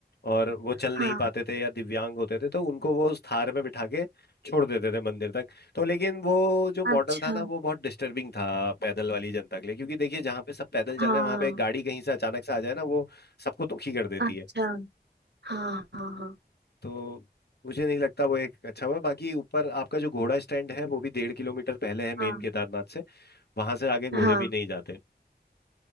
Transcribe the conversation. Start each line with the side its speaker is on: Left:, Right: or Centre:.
Left: और वो चल
Right: हाँ
Left: नहीं पाते थे या दिव्यांग होते थे तो उनको वो उस थार में बिठा के छोड़ देते थे मंदिर तक तो लेकिन वो जो मॉडल
Right: अच्छा
Left: था ना वो बहुत डिस्टर्बिंग था पैदल वाली जनता के लिए क्योंकि देखिए जहाँ पे सब पैदल चल
Right: हाँ
Left: रहे हैं वहां पे एक गाड़ी कहीं से अचानक से आ जाए ना वो सबको दुखी कर देती
Right: अच्छा
Left: है
Right: हाँ हाँ हाँ
Left: तो मुझे नहीं लगता वो एक अच्छा हुआ बाकी ऊपर आपका जो घोड़ा स्टैंड है वो भी डेढ़ किलोमीटर पहले है
Right: हाँ
Left: मेन केदारनाथ से वहां से आगे घोड़े
Right: हाँ
Left: भी नहीं जाते